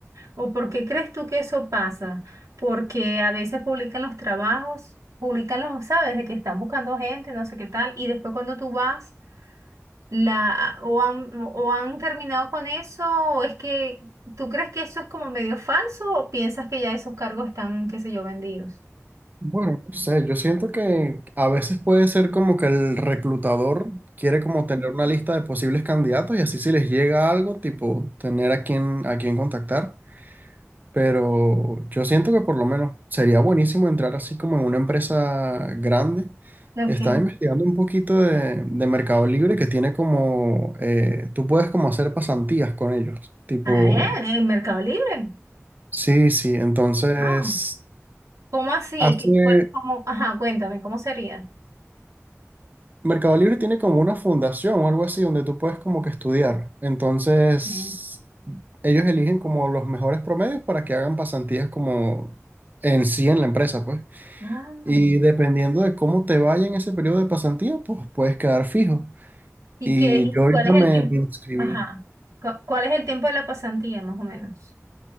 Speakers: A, on the right; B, on the right.
A: o por qué crees tú que eso pasa? Porque a veces publican los trabajos, publican los, sabes, de que están buscando gente, no sé qué tal, y después cuando tú vas, la, o han, o han terminado con eso, o es que, ¿tú crees que eso es como medio falso o piensas que ya esos cargos están, qué sé yo, vendidos?
B: Bueno, no sé, yo siento que a veces puede ser como que el reclutador quiere como tener una lista de posibles candidatos y así si les llega algo, tipo tener a quién, a quién contactar. Pero yo siento que por lo menos sería buenísimo entrar así como en una empresa grande.
A: Ujú,
B: Estaba
A: ok.
B: investigando un poquito de, de Mercado Libre que tiene como, eh, tú puedes como hacer pasantías con ellos. Tipo,
A: Ah, eh, en Mercado Libre.
B: sí, sí, entonces...
A: Ah, ¿Cómo así?
B: Hace,
A: ¿Qué- cuál- cómo? Ajá, cuéntame, ¿cómo sería?
B: Mercado Libre tiene como una fundación o algo así donde tú puedes como que estudiar. Entonces,
A: Mm.
B: ellos eligen como los mejores promedios para que hagan pasantías como en sí en la empresa, pues.
A: Ah,
B: Y dependiendo de cómo te vaya en ese periodo de pasantía, pues puedes quedar fijo.
A: ¿y
B: Y
A: qué, y
B: yo ahorita
A: cuál es
B: me,
A: el tiempo?
B: me inscribí,
A: Ajá. cu- ¿Cuál es el tiempo de la pasantía, más o menos?